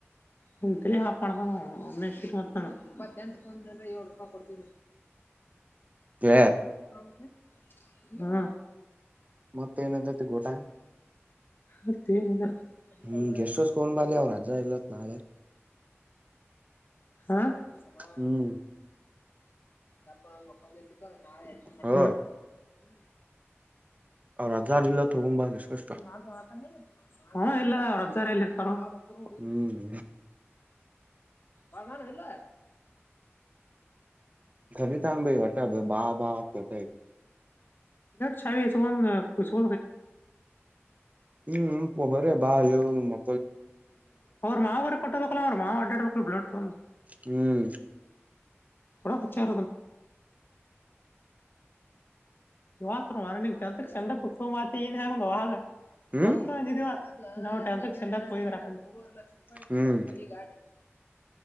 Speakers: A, on the left (about 50°); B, on the right (about 30°).
A: ಹ ಕಲೆ ಹಾಕ್ ಮಾಡ್ದಾನು ಅಮ್ಮ ಇಪ್ಪಂ್ರ ಏ ರೂಪಾಯಿ ಕೊಡ್ತ
B: ಹ
A: ಹ್ಮ
B: ಮತ್ತ ಏನಂತತಿ ಗೋಟಾ
A: ಮತ ಏನಲ್ಲ ಅಡಿಶಾರ
B: ಹ್ಮ್ ಗೆಸ್ಟ್ ಹೌಸ್ ತಗೊಂಡ್
A: ಕೂಡ
B: ಬಾಲಿ ಅವ್ರ ಅಜ್ಜ ಇಲ್ಲತ್ ನಾಳೆ
A: ಅ ಮನ ಸಾಧಾನ
B: ಹ್ಮ್
A: ಅ ಮ ನಾ ಎಂಟ ಮಾಡ
B: ಹ ಅವ್ರ ಅಜ್ಜಾರ್ ಇಲ್ಲ ತಗೊಂಬ ಗೆಸ್ಟ್ ಹೌಸ್
A: ಚುನ ಜ ತ ನೀ ಹಾ ಇಲ್ಲ ರಜ್ಜಾರಲ್ಲಿ ಇರ್ತಾರ ಹುಡು
B: ಹ್ಮ್
A: ಬಧಾನ ಹಲ್ಲ
B: ರಿತಾಮ ಭ ಹೊಟ್ಟಾಬ ಬಾ ಬಾ ಅಂತ
A: ಚಾವ ಸ ಸ
B: ಹ್ಮ್ ಬರ ಬಾ ಮ
A: ಅವ್ರ ಮಾವರಿಗೆ ಕೊಟ್ಟೋ್ಬೇಕಕ್ಲ ಅವ್ರ ಮಾವ ಅಡ್ಡಡ್ಬೇಕಕ್ ಬಿಳಾಡ್ತೊಂಡಂದು
B: ಹ್ಮ್
A: ಡ ಕಚಾರ ಇವತರ ಮಂತ ಚೆಂಡ ಪುಕ್ತ್ತ ಏನ್ ಹಂಗ ಆಾಗ
B: ಹ್ಮ್
A: ಬರತಂದಿದೀವ ನಾವು ಟತ್ ಚೆ ಮೂವರೆ ಲಕ್ಷ ರೂಪಾಯಿಯ್ತದ
B: ಹ್ಮ್
A: ಹಳಿ ಗಾಡಿ